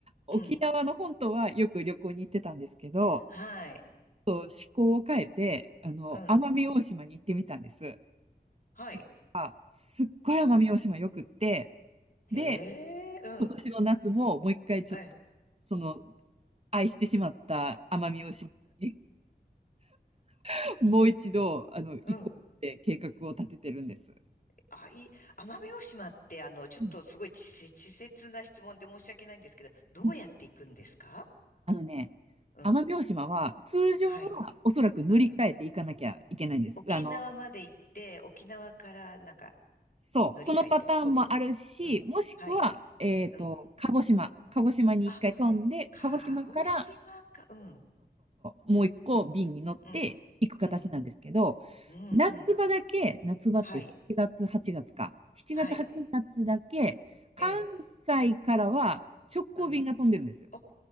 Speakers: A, on the left (about 55°); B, on the right (about 35°).
A: うん。
B: 沖縄の本島はよく旅行に行ってたんですけど、
A: はい。
B: と思考を変えて、あの、
A: うん。
B: 奄美大島に行ってみたんです。
A: はい。
B: そしたら、すっごい奄美大島よくって、で、
A: へえ、うん。
B: 今年の夏ももう一回ちょっと、
A: え、
B: その、愛してしまった奄美大島に <laughs> もう一度、あの、行こうって計画を立ててるんです。
A: うん。あ、いい。奄美大島って、あの、ちょっとすごい稚拙稚拙な質問で申し訳ないんですけど、
B: うん
A: どうやって行くんですか
B: うんあのね、
A: うん。
B: 奄美大島は、通常はおそらく乗り換えていかなきゃいけないんです。
A: はい。うん。沖縄まで行って、
B: あの
A: 沖縄からなんか
B: そう、
A: 乗り換えて、
B: そのパターンもあるし、
A: 飛行機。うん。
B: もしくは、
A: はい。
B: えっと、
A: うん。
B: 鹿児島。鹿児島に一回飛んで、
A: あ、鹿児島か。
B: 鹿児島から
A: うん。
B: もう一個便に乗って行く形なんですけど、
A: うん。うん。うん。
B: 夏場だけ、
A: うん。
B: 夏場って7月、
A: はい。
B: 8月か。7月、
A: はい。
B: 8月だけ、関
A: ええ。
B: 西からは直行便が飛んでるんですよ。
A: うん。あ、